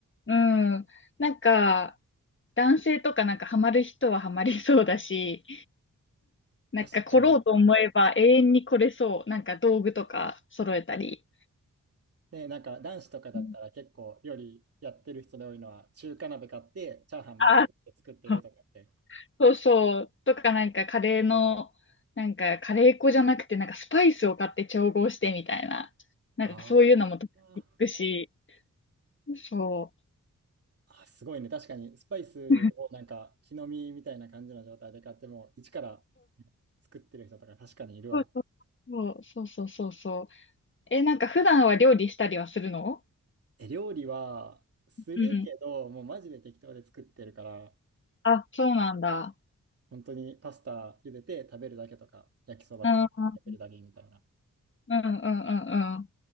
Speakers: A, on the left; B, on the right.
A: うん。なんか、男性とかなんかハマる人はハマりそうだし、
B: 確かに。
A: なんか来ろうと思えば永遠に来れそう。なんか道具とか揃えたり。
B: で、なんか男子とかだったら結構料理やってる人で多いのは、
A: うん
B: 中華鍋買って、チャーハンめちゃくちゃ作ってるとかって。
A: あー、そうそう。とかなんかカレーの、なんかカレー粉じゃなくてなんかスパイスを買って調合してみたいな。なんかそういうのも得
B: ああ。
A: 意し、そ
B: あ、すごいね。確かに、スパイスをなんか、
A: う。<laughs>
B: 木の実みたいな感じの状態で買っても、一から作ってる人とか確かにいるわ。
A: そうそうそうそうそうそう。え、なんか普段は料理したりはするの
B: え、料理はするけど、
A: うん。
B: もうマジで適当で作ってるから、
A: あ、そうなんだ。
B: 本当にパスタ茹でて食べるだけとか、焼きそば作って食べるだけみたいな。
A: うん、うん、うん、うんうん。